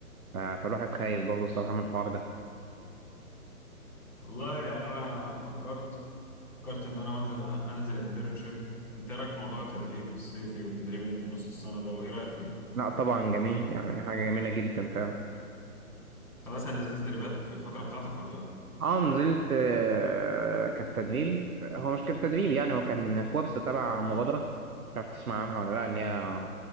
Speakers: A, on the right; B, in the centre.
A: ف- فالواحد خايف برضه الصراحة من الحوار ده
B: والله يعني انا فكرت فكرت ان انا انزل انزل انترنشيب انت إيه رايك في موضوع التدريب الصيفي والتدريب اللي في نص السنه ده وايه رايك فيه
A: لا طبعا جميل يعني حاجة جميلة جدا فعلا
B: طب مثلا نزلت تدريبات في الفتره بتاعتك ولا لا
A: اه نزلت آه، كان تدريب هو مش كان تدريب يعني هو كان كورس تبع مبادرة مش عارف تسمع عنها ولا لا اللي هي